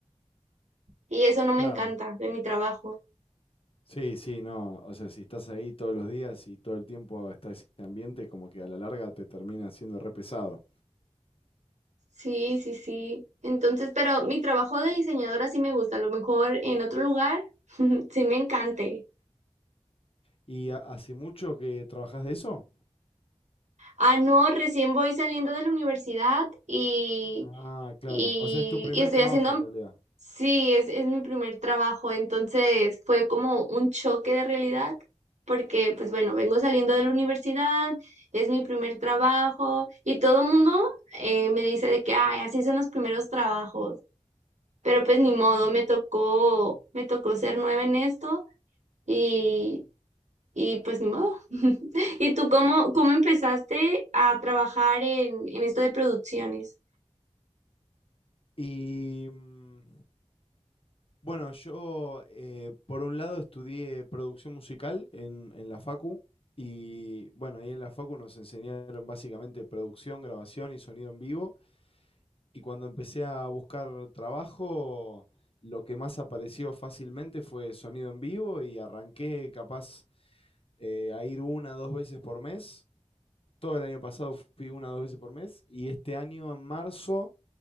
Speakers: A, on the right; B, on the left.
A: y eso no me
B: claro.
A: encanta de mi trabajo.
B: Sí, sí, no. O sea, si estás ahí todos los días y todo el tiempo está ese ambiente, como que a la larga te termina siendo re pesado.
A: Sí, sí, sí. Entonces, pero mi trabajo de diseñadora sí me gusta. A lo mejor en otro lugar <laughs> sí me encante.
B: ¿Y ha- hace mucho que trabajás de eso?
A: Ah, no, recién voy saliendo de la universidad y,
B: Ah, claro.
A: y,
B: O sea, es tu primer
A: y estoy
B: trabajo
A: haciendo,
B: en realidad.
A: sí, es, es mi primer trabajo. Entonces fue como un choque de realidad porque, pues bueno, vengo saliendo de la universidad, es mi primer trabajo y todo el mundo eh, me dice de que, ay, así son los primeros trabajos. pero pues ni modo, me tocó, me tocó ser nueva en esto y, y pues ni modo. <laughs> ¿Y tú cómo, cómo empezaste a trabajar en, en esto de producciones?
B: Y mm, bueno, yo eh, por un lado estudié producción musical en, en la Facu. Y bueno, ahí en la Facu nos enseñaron básicamente producción, grabación y sonido en vivo. Y cuando empecé a buscar trabajo, lo que más apareció fácilmente fue sonido en vivo y arranqué capaz eh, a ir una dos veces por mes. Todo el año pasado fui una dos veces por mes y este año en marzo